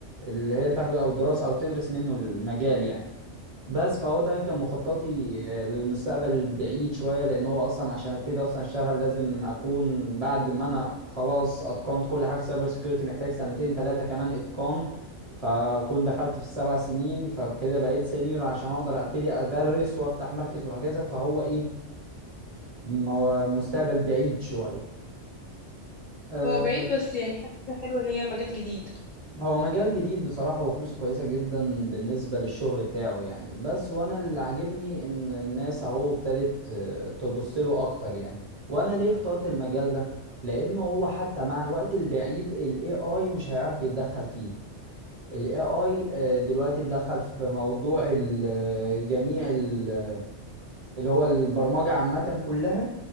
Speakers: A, on the right; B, on the left.
A: اللي هي تاخده أو الدراسة أو تدرس منه المجال يعني بس فهو ده كان مخططي آه، للمستقبل البعيد شوية لأن هو أصلا عشان أبتدي أصلا أشتغل لازم أكون بعد ما أنا خلاص أتقنت كل حاجة في سايبر سيكيورتي محتاج سنتين تلاتة كمان إتقان فأكون دخلت في السبع سنين فكده بقيت سينيور عشان أقدر أبتدي أدرس وأفتح مركز وهكذا فهو إيه مو- مستقبل بعيد شوية آه،
B: هو بعيد بس يعني حاجة حلوة إن هي مجال جديد
A: هو مجال جديد بصراحة وفلوسه كويسة جدا بالنسبة للشغل بتاعه يعني بس وانا اللي عاجبني ان الناس اهو ابتدت آه، تبص له اكتر يعني وانا ليه اخترت المجال ده لانه هو حتى مع الوقت البعيد ال AI مش هيعرف يتدخل فيه ال AI آه، دلوقتي اتدخل في موضوع ال- آه، جميع ال- اللي هو البرمجة عامة كلها